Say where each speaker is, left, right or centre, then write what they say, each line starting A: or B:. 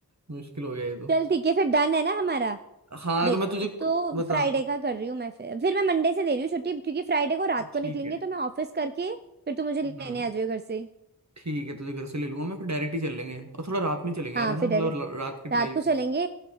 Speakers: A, on the right (about 45°); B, on the right (about 30°).
A: मुश्किल हो गया ये तो
B: चल ठीक है फिर डन है ना हमारा
A: हाँ
B: देख
A: तो मैं तुझे कु-
B: तो
A: बता
B: फ्राइडे का कर रही हूँ मैं फिर फिर मैं मंडे से दे रही हूँ छुट्टी क्योंकि फ्राइडे को रात को
A: ठीक
B: निकलेंगे
A: है
B: तो मैं ऑफिस करके फिर तू मुझे लेने
A: हम्म
B: आ जाओ घर से ही।
A: ठीक है तुझे घर से ले लूंगा मैं फिर डायरेक्ट ही चल लेंगे और थोड़ा रात में चलेंगे
B: हाँ
A: यार है ना
B: फिर
A: मतलब
B: अरे
A: ल- रात की ड्राइव
B: रात को चलेंगे